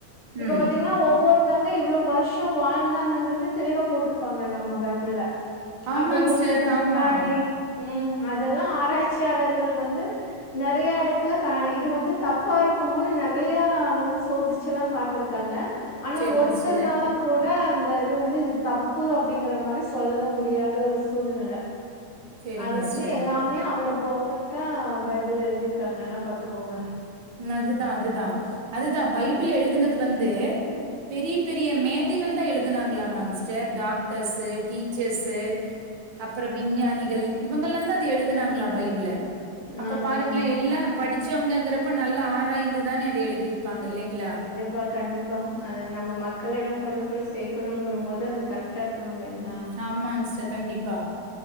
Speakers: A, on the left; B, on the right.
A: இப்ப
B: ம்
A: பாத்தீங்கன்னா ஒவ்வொரு த்தங்க இவ்ளோ வர்ஷோ வாழ்ந்தாங்கங்கறது தெளிவா போட்டிருப்பாங்க நம்ம பைபிள்ல
B: ஆமாங்
A: அப்ப இவங்களுக்கு
B: சிஸ்டர்
A: முன்னாடி
B: ஆமா
A: ம் அதெல்லா ஆராய்ச்சியாளர்கள் வந்து நெறயா எடத்துல இது வந்து தப்பா இருக்குமோன்னு நெறயா வந்து சோதி ச்செல்லாம் பா்த்திருக்காங்க ஆனா
B: சேரிங்
A: ஒருத்தர்னாள
B: சிஸ்டர்
A: கூட அந்த இது வந்து இது தப்பு அப்டிங்கற மாரி சொல்ல முடியாத ஒரு சூழ்நில
B: சேரிங்க
A: அது வந்து
B: சிஸ்டர்
A: எல்லாமே அவ்ளோ பெஃபெக்ட்டா பைபிள்ல எழுதிருக்காங்கன்னா பாத்துக்கோங்க.
B: அதுதா அதுதா அதுதா பைபிள் எழுதுனது வந்து பெரிய பெரிய மேதைகள்தா எழுதுனாங்களாமாங்க சிஸ்டர் டாக்டர்ஸு டீச்சர்ஸு அப்றோ விஞ்ஞானிகள் இவங்கெல்லாந்தான் அத எழுதுனாங்ளா பைபிள அப்ப
A: ஆ
B: பாருங்களேன்
A: ஆமாங்க
B: எல்லா படிச்சவங்கறப்ப நல்ல ஆராய்ந்துதானே அத எழுதிரு ப்பாங்க இல்லைங்ளா
A: பா கண்டிப்பா அது நம்ம மக்களிடம் கொண்டு போய் சேக்கணுங்கும்போது அது கரெக்டாக இருக்கணு இல்லைங்ளா
B: ஆமாங் சிஸ்டர் கண்டிப்பா